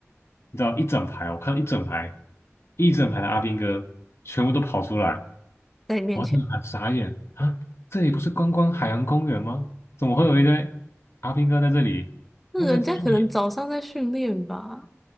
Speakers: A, on the left (about 60°); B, in the centre.
A: 你知道一整排，我看到一整排一整排的阿兵哥全部都跑出来，
B: <laughs> 在你面前。
A: 我真的很傻眼啊！这里不是观光海洋公园吗？怎么会有一堆阿兵哥在这里？
B: 那人家可能早上在训练吧，
A: 他们在做演